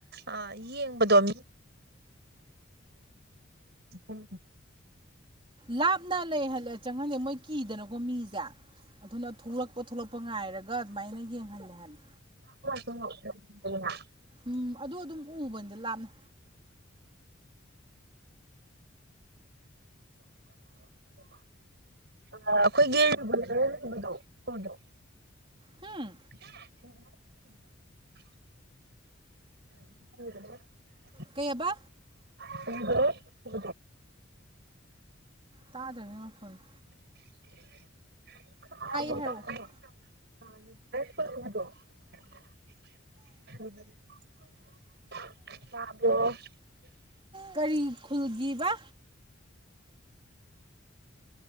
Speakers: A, on the right (about 55°); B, on the right (about 25°).
A: ꯑꯥ ꯌꯦꯡꯕꯗꯣ ꯃꯤ ꯎꯝ
B: ꯂꯥꯞꯅ ꯂꯩꯍꯜꯂꯦ ꯆꯪꯍꯟꯗꯦ ꯃꯣꯏ ꯀꯤꯗꯅꯀꯣ ꯃꯤꯁꯦ ꯑꯗꯨꯅ ꯊꯣꯛꯂꯛꯄ ꯊꯣꯛꯂꯛꯄ ꯉꯥꯏꯔꯒ ꯑꯗꯨꯃꯥꯏꯅ ꯌꯦꯡꯍꯜꯂꯦ ꯍꯥꯏꯕꯅꯦ
A: <inaudible>
B: ꯎꯝ ꯑꯗꯨ ꯑꯗꯨꯝ ꯎꯕꯅꯤꯗ ꯂꯥꯞꯅ
A: <inaudible>
B: ꯍꯝ
A: <inaudible> <inaudible>
B: ꯀꯩꯕ
A: <inaudible>
B: ꯇꯥꯗ꯭ꯔꯦ ꯅꯪ ꯅꯈꯣꯜꯗꯣ
A: ꯍꯥꯏꯕꯖꯨ
B: ꯍꯥꯏꯔꯛꯑꯣ
A: ꯇꯥꯗ꯭ꯔꯦ ꯎꯝ ꯇꯥꯕ꯭ꯔꯣ
B: ꯀꯔꯤ ꯈꯨꯜꯒꯤꯕ